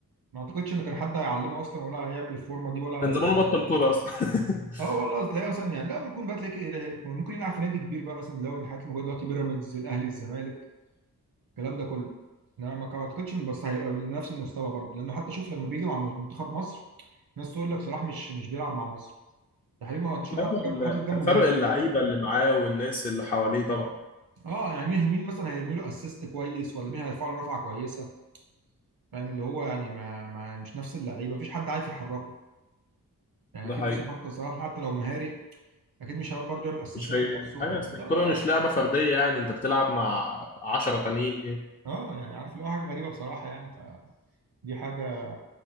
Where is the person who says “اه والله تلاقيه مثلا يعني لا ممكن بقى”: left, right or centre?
Right